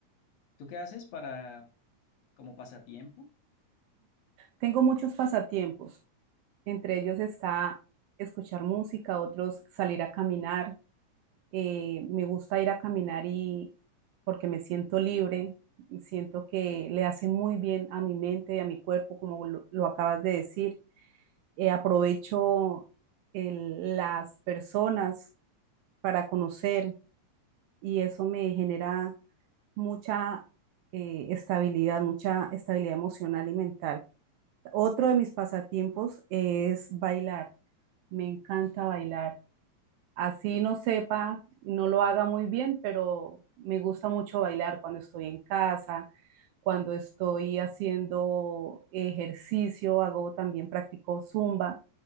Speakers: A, on the left; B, on the right.
A: ¿Tú qué haces para como pasatiempo?
B: Tengo muchos pasatiempos. Entre ellos está escuchar música, otros salir a caminar, Eh, me gusta ir a caminar y porque me siento libre, siento que le hace muy bien a mi mente y a mi cuerpo, como lo, lo acabas de decir. Eh, aprovecho el- las personas para conocer y eso me genera mucha eh, estabilidad, mucha estabilidad emocional y mental. Otro de mis pasatiempos es bailar. Me encanta bailar así no sepa, no lo haga muy bien, pero me gusta mucho bailar cuando estoy en casa, cuando estoy haciendo ejercicio, hago también practico zumba,